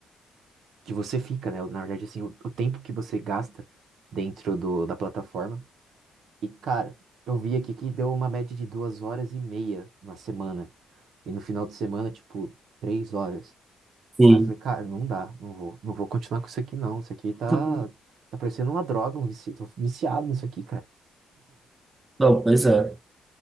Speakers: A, on the right; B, on the right.
A: que você fica, né? Na verdade, assim, o, o tempo que você gasta dentro do, da plataforma. E, cara, eu vi aqui que deu uma média de duas horas e meia na semana. E no final de semana, tipo, três horas.
B: Sim.
A: Aí eu falei, cara, não dá, não vou, não vou continuar com isso aqui, não. Isso aqui tá,
B: <laughs>
A: tá parecendo uma droga, um vici, tô viciado nisso aqui, cara.
B: Não, pois é.